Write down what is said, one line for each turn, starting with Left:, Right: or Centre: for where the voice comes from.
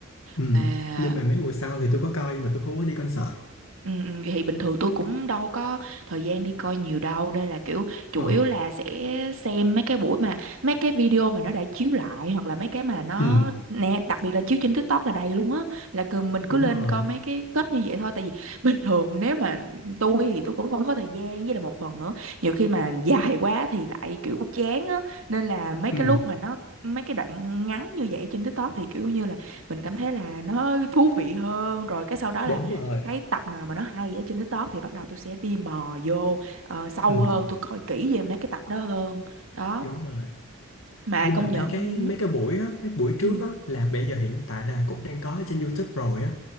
Left: Ừ,
Right: à
Left: nhưng mà mấy mùa sau thì tôi có coi nhưng mà tôi không có đi concert.
Right: Ừ, ừ, thì bình thường tôi cũng đâu có thời gian đi coi nhiều đâu nên là kiểu chủ
Left: Ờ,
Right: yếu là sẽ xem mấy cái buổi mà mấy cái video mà nó đã chiếu lại hoặc là mấy cái mà nó
Left: ừ,
Right: nè đặc biệt là chiếu trên TikTok là đầy luôn á là cứ, mình cứ
Left: đúng
Right: lên
Left: rồi.
Right: coi mấy cái kết như vậy thôi tại vì <laughs> bình thường nếu mà tôi thì tôi cũng không có thời gian với là một phần nữa nhiều khi mà dài quá thì lại kiểu chán á nên là mấy cái
Left: Ừ,
Right: lúc mà nó mấy cái đoạn ngắn như vậy trên TikTok thì kiểu như là mình cảm thấy là nó thú vị hơn rồi cái sau đó
Left: đúng
Right: là
Left: rồi.
Right: thấy tập nào mà nó hay ở trên TikTok thì bắt đầu tôi sẽ đi mò vô ờ, sâu
Left: Ừ,
Right: hơn tôi coi kỹ về mấy cái tập đó hơn đó
Left: đúng rồi.
Right: mà
Left: Nhưng
Right: công
Left: mà
Right: nhận
Left: mấy cái
Right: ừ.
Left: mấy cái buổi á, mấy buổi trước
Right: Ừ.
Left: á là bây giờ hiện tại là cũng đang có ở trên YouTube rồi á.